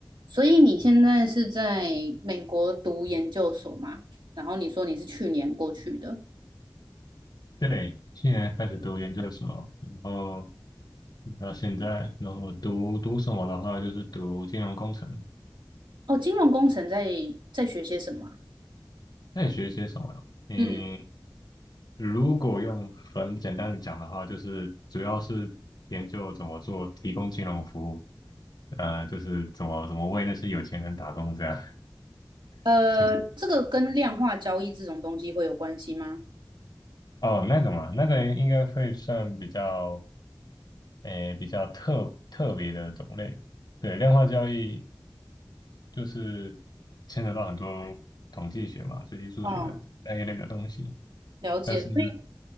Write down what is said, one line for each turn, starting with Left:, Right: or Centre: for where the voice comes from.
Right: 所以你现在是在美国读研究所吗？然后你说你是去年过去的。
Left: 对，现年开始读研究所，然后到现在，然后我读读什么的话，就是读金融工程。
Right: 哦，金融工程在在学些什么啊
Left: 那你学些什么呀？嗯，
Right: 嗯，
Left: 如果用很简单的讲的话，就是主要是研究怎么做提供金融服务，呃，就是怎么怎么为那些有钱人打工这样。
Right: 呃，
Left: <laughs>
Right: 这个跟量化交易这种东西会有关系吗？
Left: 哦，那个嘛，那个应该会算比较，诶，比较特特别的种类。对，量化交易，就是牵扯到很多统计学嘛、随机数学那一类的东西。
Right: 哦，了解。
Left: 但是，
Right: 所以